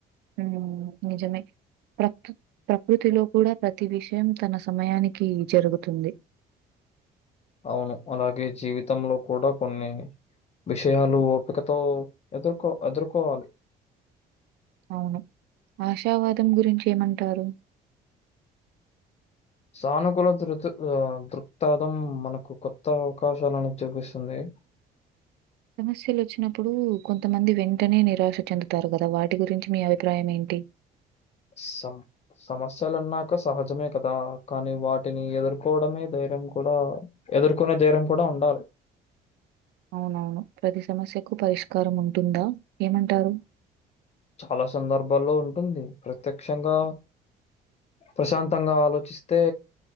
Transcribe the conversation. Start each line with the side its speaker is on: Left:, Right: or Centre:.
Right: మ్మ్ నిజమే ప్రకు ప్రకృతిలో కూడా ప్రతి విషయం తన సమయానికి జరుగుతుంది
Left: అవును అలాగే జీవితంలో కూడా కొన్ని విషయాలు ఓపికతో ఎదుర్కో ఎదుర్కోవాలి
Right: అవును ఆశావాదం గురించి ఏమంటారు
Left: సానుకూల దృ రుతు ఆ దృక్తాదం మనకు కొత్త అవకాశాలనేది చూపిస్తుంది
Right: సమస్యలు వచ్చినప్పుడు కొంతమంది వెంటనే నిరాశ చెందుతారు కదా వాటి గురించి మీ అభిప్రాయం ఏంటి
Left: స సమస్యలన్నాక సహజమే కదా కానీ వాటిని ఎదుర్కోవడమే ధైర్యం కూడా ఎదుర్కొనే ధైర్యం కూడా ఉండాలి
Right: అవునవును ప్రతి సమస్యకు పరిష్కారం ఉంటుందా ఏమంటారు
Left: చాలా సందర్భాల్లో ఉంటుంది ప్రత్యక్షంగా ప్రశాంతంగా ఆలోచిస్తే